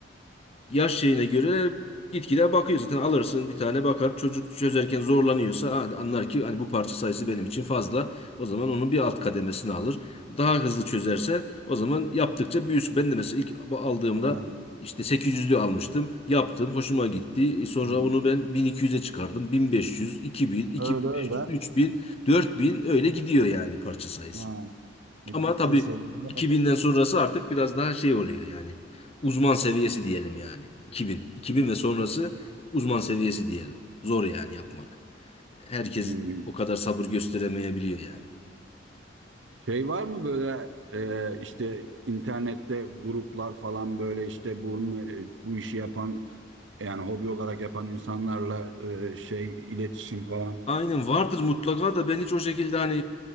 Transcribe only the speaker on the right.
ha,
hmm.
Öyle öyle.
Ha, gittikçe
seviyor.
Hmm.
Şey var mı böyle e, işte internette gruplar falan böyle işte bunun e, bu işi yapan yani hobi olarak yapan insanlarla e, şey iletişim falan.